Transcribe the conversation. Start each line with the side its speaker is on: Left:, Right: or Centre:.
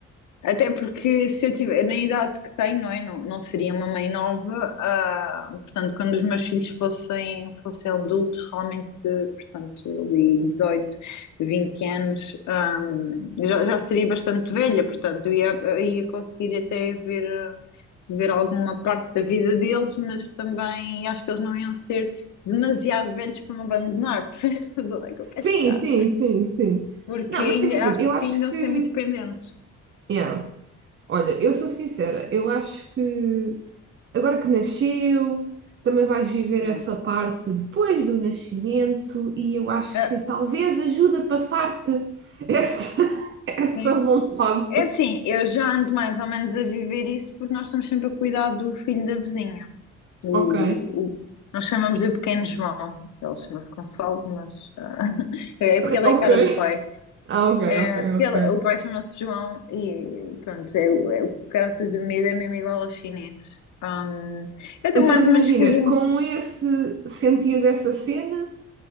Left: até porque se eu tiver, na idade que tenho, não é? Não, não seria uma mãe nova, ah, portanto, quando os meus filhos fossem, fossem adultos, realmente, portanto, ali dezoito 20 anos, ah, já, já seria bastante velha, portanto, eu ia, eu ia conseguir até ver ver alguma parte da vida deles, mas também acho que eles não iam ser demasiado velhos para me abandonar, <laughs> percebes onde é que eu quero
Right: Sim,
Left: chegar?
Right: sim, sim, sim.
Left: Porque
Right: Não, mas
Left: ainda
Right: imagina,
Left: acho
Right: eu acho
Left: que ainda iam
Right: que.
Left: ser muito dependentes.
Right: Yeah. Olha, eu sou sincera, eu acho que agora que nasceu, também vais viver
Left: Hum.
Right: essa parte depois do nascimento, e eu acho
Left: Ah,
Right: que talvez ajude a passar-te essa, <laughs> essa
Left: sim.
Right: vontade.
Left: É assim, eu já ando mais ou menos a viver isso porque nós estamos sempre a cuidar do filho da vizinha. O,
Right: Ok,
Left: o- nós chamamos-lhe o pequeno João. Ele chama-se Gonçalo, mas ah, <laughs> é porque ele
Right: ok,
Left: é a cara do pai.
Right: ah, ok,
Left: É,
Right: ok,
Left: porque
Right: ok.
Left: ele- o pai chama-se João e pronto, é, o- é, o caraças do medo é mesmo igual ao chinês. Hum, eu estou
Right: Então,
Left: mais
Right: mas
Left: ou
Right: imagina,
Left: menos que a João.
Right: com esse sentias essa cena?